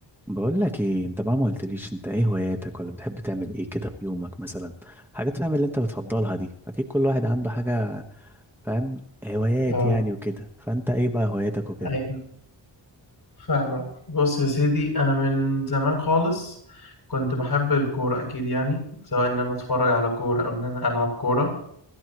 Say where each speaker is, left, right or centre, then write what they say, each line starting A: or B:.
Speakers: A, in the centre; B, on the left.
A: بقول لك ايه انت بقى ما قلتليش انت ايه هواياتك ولا بتحب تعمل ايه كده في يومك مثلا حاجات فاهم اللي انت بتفضلها دي اكيد كل واحد عنده حاجة فاهم هوايات
B: اه
A: يعني وكده فانت ايه بقى هواياتك وكده
B: ايوه فاهمك بص يا سيدي انا من زمان خالص كنت بحب الكوره اكيد يعني سواء ان انا اتفرج على كوره او ان انا العب كوره